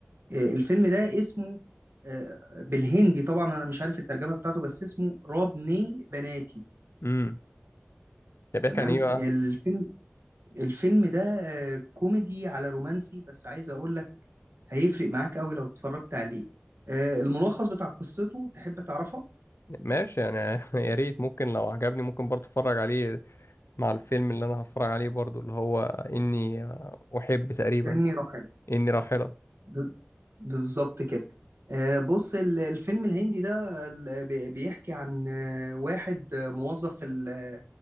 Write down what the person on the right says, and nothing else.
آه، الفيلم ده اسمه آه، بالهندي طبعا انا مش عارف الترجمة بتاعته بس اسمه رابني بناتي
تمام
الفيلم الفيلم ده آه، كوميدي على رومانسي بس عايز اقول لك هيفرق معاك قوي لو اتفرجت عليه آه، الملخص بتاع قصته تحب تعرفها؟
إني رحل
ب- بالظبط كده آه، بص ال- الفيلم الهندي ده ال- بي- بيحكي عن آه، واحد آه، موظف في ال-